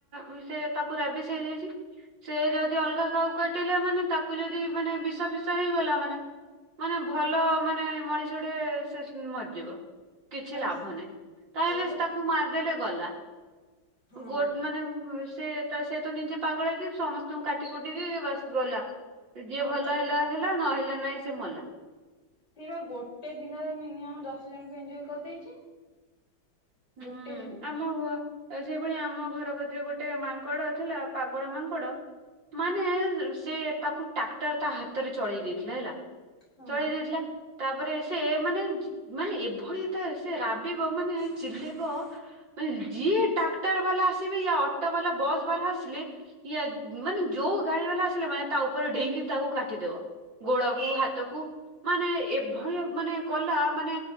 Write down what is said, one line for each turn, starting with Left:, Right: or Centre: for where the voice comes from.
Right: ଉଁ ସେ ତାକୁ ରାବିସ୍ ହେଇଯାଇଛି ସେ ଯଦି ଅଲଗା କାହାକୁ କାଟିଲା ମାନେ ତାକୁ ଯଦି ମାନେ ବିଷ ଫିସ ହେଇଗଲା ମାନେ ମାନେ ଭଲ ମାନେ ମଣିଷଟେ ସେଶ୍ ମରିଯିବ। କିଛି
Left: ହଁ
Right: ଲାଭ ନାହିଁ ତାହେଲେ
Left: ସେଇ ବା
Right: ତାକୁ ମାରିଦେଲେ ଗଲା।
Left: ହଁ
Right: ଗୋଟ୍ ମାନେ ଉଁ ହୁଁ ସେ ତ ସେ ତ ନିଜେ ପାଗଳ ହେଇ ଯାଇଚି ସମସ୍ତଙ୍କୁ କାଟି କୁଟିକି ବାସ ଗଲା। ଯିଏ
Left: ହଁ
Right: ଭଲ
Left: ବା
Right: ହେଲା ହେଲା ନ ହେଲା ନାହିଁ ସେ ମଲା।
Left: ସିଏ ପା ଗୋଟେ ଦିନରେ ମିନିମମ୍ ଦଶ ଜଣଙ୍କୁ ଏଞ୍ଜୋ <unintelligible> କରିଦେଇଛି। ଗୋଟେ
Right: ହୁଁ
Left: ଦିନରେ
Right: ଆମ ଘ ତ ସେଇଭଳିଆ ଆମ ଘର କତିରେ ଗୋଟେ ମାଙ୍କଡ଼ ଥିଲା ପାଗଳ ମାଙ୍କଡ଼ ମାନେ ର୍ ସେ ତାକୁ ଟ୍ରାକ୍ଟର ତା ହାତରେ ଚଳେଇ ଦେଇଥିଲା ହେଲା
Left: ହଁ
Right: ଚଳେଇ ଦେଇଥିଲା। ତାପରେ ସେ ମାନେ ଜ୍ ମାନେ ଏଭଳିଆ ତା ସେ ରାବିବ ମାନେ ଚିଲେଇବ। ମାନେ ଯିଏ ଟ୍ରାକ୍ଟର ବାଲା ଆସିବେ ୟା ଅଟୋ ବାଲା ବସ୍ ବାଲା ଆସିଲେ ଇଏ ମାନେ ଯୋଉ ଗାଡ଼ି ବାଲା ଆସିଲେ ମାନେ ତା ଉପରେ ଡେଇଁଙ୍କି ତାକୁ କାଟିଦବ। ଗୋଡ଼କୁ ହାତକୁ। ମାନେ ଏଭଳିଆ ମାନେ କଲା ମାନେ